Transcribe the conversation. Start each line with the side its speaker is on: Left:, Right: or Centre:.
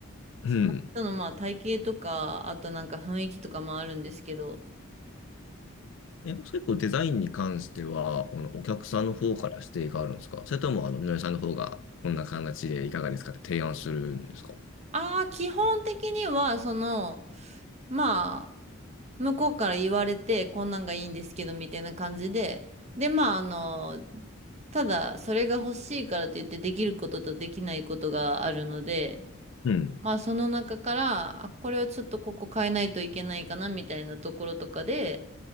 Left: うん。
Right: その人のまあ体型とか、あとなんか雰囲気とかもあるんですけど、
Left: え、もし結構デザインに関しては、このお客さんの方から指定があるんですかそれとも、あの、みのりさんの方が、こんな形でいかがですかって提案するんですか
Right: ああ、基本的には、その、まあ、向こうから言われて、こんなんがいいんですけど、みたいな感じで、で、まあ、あの、ただ、それが欲しいからといって、できることとできないことがあるので、
Left: うん。
Right: まあ、その中から、あ、これはちょっとここ変えないといけないかな、みたいなところとかで、